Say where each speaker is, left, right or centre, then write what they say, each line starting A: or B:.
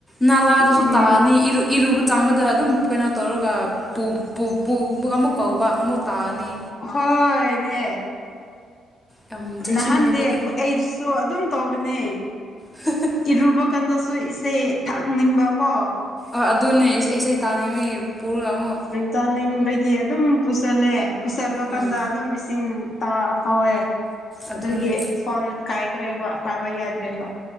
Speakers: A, in the centre; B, on the left (about 55°).
A: ꯅꯥꯂꯥꯗꯁꯨ
B: ꯎꯝ
A: ꯇꯥꯔꯅꯤ ꯏꯔꯨ ꯏꯔꯨꯕ ꯆꯡꯕꯗ ꯑꯗꯨꯝ ꯀꯩꯅꯣ ꯇꯧꯔꯒ ꯄꯨ ꯄꯨ ꯄꯨ ꯕꯨ ꯑꯃꯨꯛ ꯀꯧꯕ ꯑꯃꯨꯛ ꯇꯥꯅꯤ
B: ꯍꯣꯏꯅꯦ
A: ꯌꯥꯝ ꯆꯦꯛꯁꯤꯟꯗꯕꯗꯣ
B: ꯅꯍꯥꯟꯗꯤ <unintelligible> ꯑꯩꯁꯨ ꯑꯗꯨꯝ ꯇꯧꯕꯅꯦ
A: <unintelligible>
B: ꯏꯔꯨꯕ ꯀꯥꯟꯗꯁꯨ ꯏꯁꯩ ꯊꯥꯛꯅꯤꯡꯕ ꯀꯣ
A: ꯑ ꯑꯗꯨꯅꯦ ꯏꯁꯩ ꯇꯥꯅꯤꯡꯕꯒꯤ ꯄꯨꯔꯒ ꯑꯃꯨꯛ
B: ꯇꯥꯅꯤꯡꯕꯒꯤ ꯑꯗꯨꯝ ꯄꯨꯁꯜꯂꯦ ꯄꯨꯁꯟꯕ ꯀꯥꯟꯗ
A: ꯎꯝ
B: ꯑꯗꯨꯝ ꯏꯁꯤꯡ ꯇꯥꯍꯧꯋꯦ
A: ꯑꯗꯨꯅꯦ
B: ꯑꯗꯨꯒꯤ ꯐꯣꯟ ꯀꯥꯏꯈ꯭ꯔꯦꯕ ꯄꯥꯏꯕ ꯌꯥꯗ꯭ꯔꯦꯕ